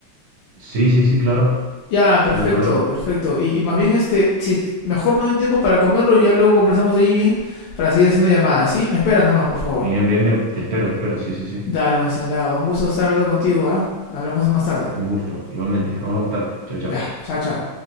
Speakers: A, on the right (about 55°); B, on the left (about 85°).
A: Sí, sí, sí, claro.
B: Ya, perfecto,
A: No hay problema.
B: perfecto. Y, y más bien, este, si mejor me doy tiempo para comerlo y ya luego conversamos ahí bien para seguir haciendo llamadas, ¿sí? Me esperas nomás, por favor.
A: Bien, bien, bien. Te espero, te espero. Sí, sí, sí.
B: Dale, Wenceslao, un gusto estar hablando contigo, ¿ah? Hablamos más tarde.
A: Un gusto. Igualmente. Hablamos más tarde. Chao, chao.
B: Ya, chao, chao.